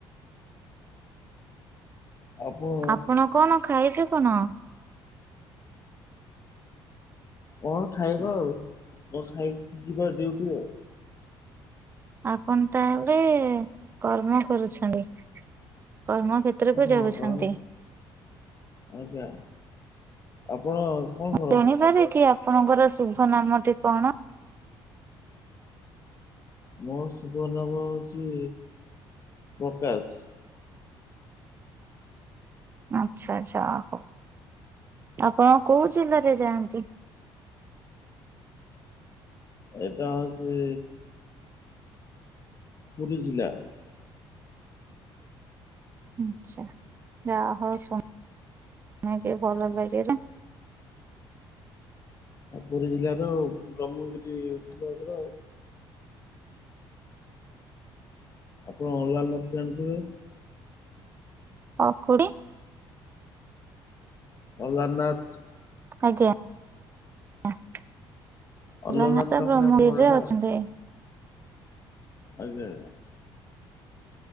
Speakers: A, on the left; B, on the right.
A: ଆପଣ
B: ଆପଣ କଣ ଖାଇବେ କଣ?
A: କଣ ଖାଇବା ଆଉ କ ଖାଇ ଯିବା ଡ୍ୟୁଟି ଆଉ।
B: ଆପଣ ତାହେଲେ କର୍ମ କରୁଛନ୍ତି କର୍ମ ଖେ ତ୍ରକୁ
A: ହଁ
B: ଯାଉଛନ୍ତି।
A: କର୍ମ ଆଜ୍ଞା ଆପଣ କଣ କରନ୍ତି?
B: ମୁଁ ଜାଣିପାରେ କି ଆପଣଙ୍କର ଶୁଭ ନାମଟି କଣ?
A: ମୋ ଶୁଭ ନାମ ହଉଛି ପ୍ରକାଶ।
B: ଆଛା ଆଚ୍ଛା ଓ ହଉ। ଆପଣ କୋଉ ଜିଲ୍ଲାରେ ଯାଆନ୍ତି?
A: ଏଟା ହଉଛି ପୁରି ଜିଲ୍ଲା।
B: ଆଛା ଯାହା ହଉ <inaudible> ଭଲ ଲାଗିଲା।
A: ଆଉ ପୁରୀ ଜିଲ୍ଲାର ବ୍ରହ୍ମଗିରି ବ୍ଲକ ର ଆପଣ ଓଲର ନାଥ ଯାଣିଥିବେ?
B: ଓଖୂଡି?
A: ଅଲାରନାଥ।
B: ଆଜ୍ଞା। ଅଲାରନାଥ
A: ଅଲାରନାଥ ପାଖରେ
B: ବ୍ରହ୍ମଗିରିରେ
A: ଆମ ଘରଟା
B: ଅଛନ୍ତି।
A: ଆଉ। ଆଜ୍ଞା।